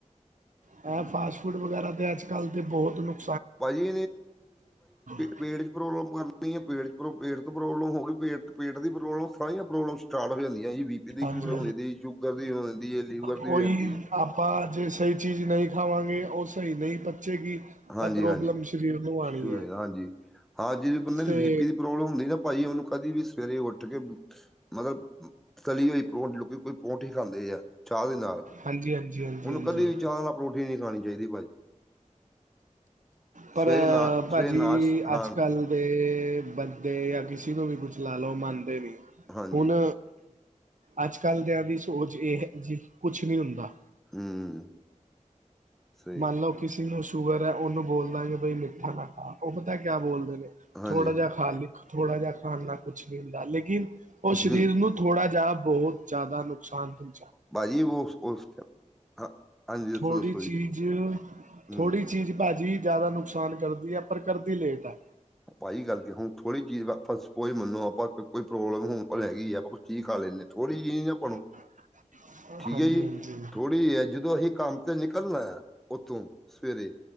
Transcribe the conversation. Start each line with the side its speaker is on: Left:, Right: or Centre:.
Right: ਏ ਫਾਸਟ ਫੂਡ ਵਗੈਰਾ ਤੇ ਅੱਜ ਕੱਲ੍ਹ ਦੇ ਬਹੁਤ ਲੋਕ
Centre: <unintelligible> ਭਾਜੀ
Right: ਰਹੇ।
Centre: ਪੇਟ ਚ ਪ੍ਰੋਬਲਮ ਕਰਨੀ ਪੇਟ ਪੇਟ ਚ ਪ੍ਰੋਬਲਮ ਹੋ ਗਈ ਪੇਟ ਪੇਟ ਦੀ ਪ੍ਰੋਬਲਮ ਸਾਰੀਆਂ ਪ੍ਰੋਬਲਮ ਸਟਾਰਟ ਹੋ ਜਾਂਦੀਆਂ ਜੀ, ਬੀ ਪੀ ਦੀ
Right: ਹਾਂਜੀ
Centre: ਸ਼ੂਗਰ, ਦੀ ਸ਼ੂਗਰ ਦੀ ਹੋ ਜਾਂਦੀ ਲੀਵਰ। ਦੀ
Right: ਕੋਈ
Centre: ਹੋ ਜਾਂਦੀ ਹੈ
Right: ਆਪਾਂ ਜੇ ਸਹੀ ਚੀਜ਼ ਨਹੀਂ ਖਾਵਾਂਗੇ, ਉਹ ਸਹੀ ਨਹੀਂ ਪਚੇਗੀ।
Centre: ਹਾਂਜੀ-ਹਾਂਜੀ-ਹਾਂਜੀ,
Right: ਤਾਂ ਪ੍ਰੋਬਲਮ ਸਰੀਰ ਨੂੰ ਆਉਣੀ ਹੈ
Centre: ਹਾਂ ਜੇ ਬੰਦੇ ਨੂੰ
Right: ਤੇ
Centre: ਬੀ ਪੀ ਦੀ ਪ੍ਰੋਬਲਮ ਹੁੰਦੀ ਨਾ ਭਾਜੀ ਉਹਨੂੰ ਕਦੀ ਵੀ ਸਵੇਰੇ ਉੱਠ ਕੇ, ਮਤਲਬ ਤਲੀ ਹੋਈ ਪਰੋਟ ਲੁਕੀ ਪ੍ਰੋਠੀ ਖਾਂਦੇ ਆ, ਚਾਹ ਦੇ ਨਾਲ,
Right: ਹਾਂਜੀ ਹਾਂਜੀ ਹਾਂਜੀ
Centre: ਉਹਨੂੰ
Right: ਹਾਂਜੀ
Centre: ਕਦੇ ਵੀ ਚਾਹ ਨਾਲ ਪਰੋਠੀ ਨਹੀਂ ਖਾਣੀ ਚਾਹੀਦੀ ਭਾਜੀ।
Right: ਪਰ,
Centre: ਸਵੇਰੇ ਨਾ
Right: ਭਾਅਜੀ
Centre: ਸਵੇਰੇ ਨਾਸ਼ ਹਾਂ
Right: ਅੱਜ ਕੱਲ੍ਹ ਤੇ, ਬੰਦੇ ਜਾਂ ਕਿਸੇ ਨੂੰ ਵੀ ਕੁਛ ਲਾ ਲਓ, ਮੰਨਦੇ ਨਹੀਂ,
Centre: ਹਾਂਜੀ
Right: ਹੁਣ ਅੱਜ ਕੱਲ ਦਿਆਂ ਦੀ ਸੋਚ ਇਹ ਹੈ ਜੀ, ਕੁੱਛ ਨਹੀਂ ਹੁੰਦਾ।
Centre: ਹੂੰ ਸਹੀ
Right: ਮੰਨ ਲਓ ਕਿਸੇ ਨੂੰ ਸ਼ੂਗਰ ਹੈ, ਉਹਨੂੰ ਬੋਲ ਨਾਲੇ ਬਈ ਮਿੱਠਾ ਨਾ ਖਾ। ਉਹ ਪਤਾ ਕਿਆ ਬੋਲਦੇ ਨੇ,
Centre: ਹਾਂਜੀ
Right: ਥੋੜ੍ਹਾ ਜਿਹਾ ਖਾ ਲੀ। ਥੋੜਾ ਜਿਹਾ ਖਾਣ ਨਾਲ ਕੁਛ ਨਹੀਂ ਹੁੰਦਾ ਲੇਕਿਨ ਉਹ ਸਰੀਰ
Centre: ਹੂੰ
Right: ਨੂੰ ਥੋੜਾ ਜਾਹਾ ਬਹੁਤ ਜਿਆਦਾ ਨੁਕਸਾਨ ਹੁੰ
Centre: ਭਾਜੀ <unintelligible> ਹਾਂਜੀ ਦੱਸੋ
Right: ਥੋੜ੍ਹੀ
Centre: ਦੱਸੋ
Right: ਚੀਜ਼,
Centre: ਜੀ ਹੂੰ।
Right: ਥੋੜ੍ਹੀ ਚੀਜ਼ ਭਾਜੀ ਜ਼ਿਆਦਾ ਨੁਕਸਾਨ ਕਰਦੀ ਹੈ, ਪਰ ਕਰਦੀ ਲੇਟ ਹੈ।
Centre: ਭਾਜੀ, ਗੱਲ ਕੀ ਹੁਣ, ਥੋੜੀ ਚੀਜ਼ ਆਪਾਂ ਸਪੋਜ਼ ਮੰਨੋ ਆਪਾਂ ਕੋਈ ਪ੍ਰੋਬਲਮ ਹੁਣ ਓਪਨ ਹੈਗੀ ਆ ਚੀਜ ਖਾ ਲੈਂਦੇ, ਥੋੜ੍ਹੀ ਜਹੀ ਨਾ ਅਪਣੁਂ
Right: <inaudible>
Centre: ਠੀਕ
Right: ਹਾਂਜੀ
Centre: ਹੈ ਜੀ,
Right: ਹਾਂਜੀ
Centre: ਥੋੜ੍ਹੀ ਜ ਹੈ ਜਦੋਂ ਅਸੀਂ ਕੰਮ ਤੇ ਨਿਕਲਣਾ, ਉਤੋ ਸਵੇਰੇ